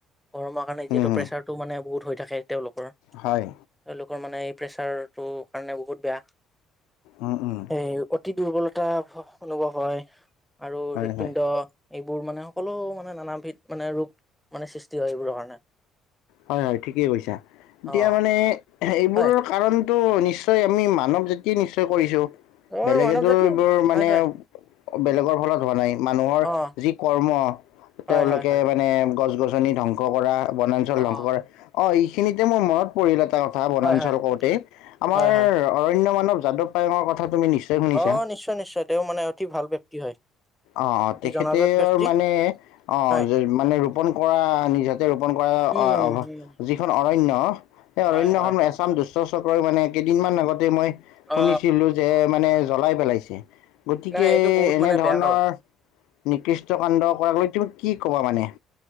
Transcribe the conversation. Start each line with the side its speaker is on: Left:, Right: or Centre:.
Centre: গৰমৰ কাৰণে যিহেতু
Left: উম হম
Centre: প্ৰেছাৰটো মানে বহুত হৈ থাকে তেওঁলোকৰ। তেওঁলোকৰ
Left: হয়
Centre: মানে এই প্ৰেচাৰটো কাৰণে বহুত বেয়া।
Left: উম উম।
Centre: এই অতি দুৰ্বলতা অনুভৱ হয় আৰু
Left: হয়
Centre: হৃদপিণ্ড
Left: হয়
Centre: এইবোৰ মানে সকলো মানে নান বিধ মানে ৰোগ মানে সৃষ্টি হয় এইবোৰৰ কাৰণে‌‌।
Left: হয় হয় ঠিকেই কৈছা এতিয়া
Centre: অ
Left: মানে এইবোৰৰ
Centre: হয়
Left: কাৰণ টো নিশ্চয় আমি মানৱ জাতিয়ে নিশ্চয় কৰিছো
Centre: অ
Left: বেলেগেতো
Centre: মানৱ জাতি
Left: এইবোৰ মানে
Centre: হয় হয়
Left: বেলেগৰ ঘৰত হোৱা নাই। মানুহৰ
Centre: অ
Left: যি কৰ্ম তেওঁলোকে
Centre: হয় হয় হয়
Left: মানে গছ গছনি ধ্বংস কৰা বন বনাঞ্চল
Centre: অ
Left: ধ্বংস কৰে। অ' এই খিনিতে মোৰ মনত পৰিলে এটা কথা বনাঞ্চল
Centre: হয় হয়
Left: কওতে আমাৰ
Centre: হয় হয়
Left: অৰণ্য মানৱ যাদৱ পায়েঙৰ কথা তুমি নিশ্চয় শুনিছা
Centre: অ' নিশ্চয় নিশ্চয় তেওঁ মানে অতি ভাল ব্যক্তি হয়।
Left: অ'তেখেতেৰ
Centre: অতি জনাজাত ব্যক্তি
Left: মানে অ'
Centre: হয়
Left: মানে ৰোপন কৰা নিজা ৰোপণ কৰা।
Centre: উম উম
Left: যিখন অৰণ্য সেই
Centre: হয়
Left: অৰণ্যখন
Centre: হয়
Left: এছাম দুষ্ট চক্ৰই মানে কেইদিনমান আগতে মই শুনিছিলো
Centre: অ
Left: যে মানে জ্বলাই পেলাইছে গতিকে
Centre: নাই এইটো বহুত
Left: এনে
Centre: মানে
Left: ধৰণৰ
Centre: বেয়া কাৰণ
Left: নিকৃষ্ট কাণ্ড কৰাকৈ তুমি কি ক'বা মানে